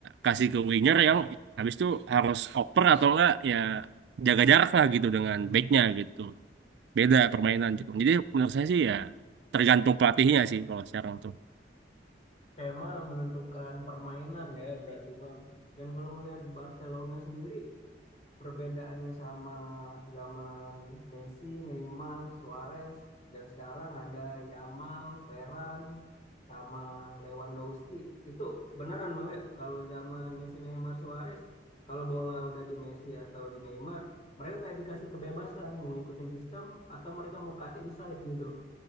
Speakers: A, on the right (about 70°); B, on the left (about 35°).
A: kasih ke winger yang habis itu harus oper atau enggak ya jaga jarak lah gitu dengan backnya gitu. Beda permainan gitu. Jadi menurut saya sih ya tergantung pelatihnya sih kalau sekarang tuh.
B: tema yang menentukan permainan ya berarti bang. Dan kalau ngelihat Barcelona sendiri, perbedaannya sama zaman Messi, Neymar, Suarez, dan sekarang ada Yamal, Ferran, sama Lewandowski. Itu beneran bang ya, kalau zaman Messi, Neymar, Suarez, kalau bola udah di Messi atau di Neymar, mereka kayak dikasih kebebasan mau ngikutin sistem atau mereka mau cut inside gitu.